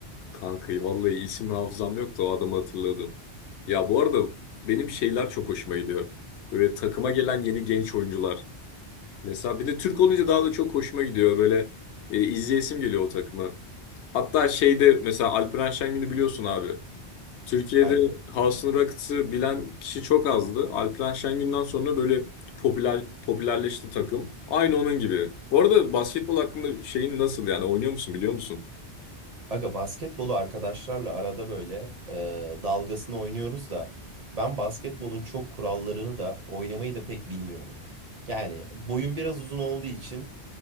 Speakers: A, on the left (about 80°); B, on the right (about 45°).
A: Kankayı vallahi isim hafızam yoktu o adamı hatırladım. Ya bu arada benim şeyler çok hoşuma gidiyor. Böyle takıma gelen yeni genç oyuncular. Mesela bir de Türk olunca daha da çok hoşuma gidiyor böyle e, izleyesim geliyor o takımı. Hatta şeyde mesela Alperen Şengün'ü biliyorsun abi. Türkiye'de
B: Aynen.
A: House'un Rockets'ı bilen kişi çok azdı. Alperen Şengün'den sonra böyle popüler popülerleşti takım. Aynı onun gibi. Bu arada basketbol hakkında şeyin nasıl yani oynuyor musun biliyor musun?
B: Aga basketbolu arkadaşlarla arada böyle e, dalgasını oynuyoruz da ben basketbolun çok kurallarını da oynamayı da pek bilmiyorum. Yani boyum biraz uzun olduğu için